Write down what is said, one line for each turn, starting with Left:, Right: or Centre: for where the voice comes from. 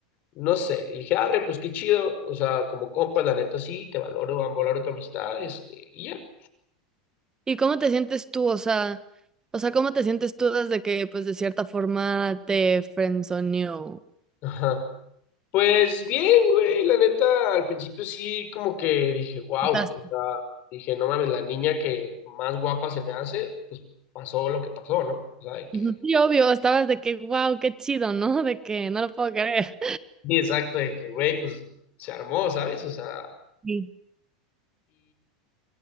Left: No sé, dije, arre, pues qué chido, o sea, como compa, la neta sí, te valoro, valoro tu amistad, este, y ya.
Right: ¿y cómo te sientes tú? O sea, o sea, ¿cómo te sientes tú desde que, pues, de cierta forma te friendzoneó?
Left: Ajá. Pues bien, güey, la neta, al principio sí como que dije, wow,
Right: Estás-
Left: o sea, dije, no mames, la niña que más guapa se me hace, pues pasó lo que pasó, ¿no? O sea, de
Right: Ujú.
Left: que,
Right: Sí, obvio, estabas de que, wow, qué chido, ¿no? <laughs> De que no lo puedo creer.
Left: sí, exacto, de que, güey, pues se armó, ¿sabes? O sea,
Right: Sí.